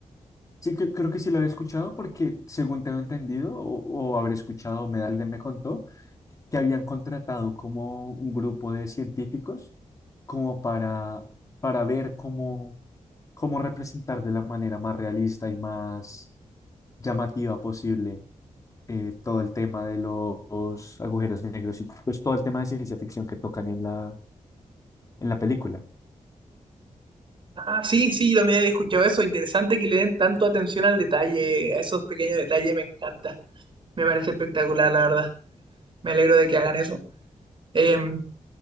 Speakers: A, on the left; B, on the right.
A: Sí, que, creo que sí lo había escuchado porque según tengo entendido o, o habré escuchado, me alguien me contó, que habían contratado como un grupo de científicos como para, para ver cómo, cómo representar de la manera más realista y más llamativa posible eh, todo el tema de los agujeros negros y pues todo el tema de ciencia ficción que tocan en la, en la película.
B: Ah, sí, sí, yo también he escuchado eso. Interesante que le den tanto atención al detalle, a esos pequeños detalles, me encanta. Me parece espectacular, la verdad. Me alegro de que hagan eso. Eh,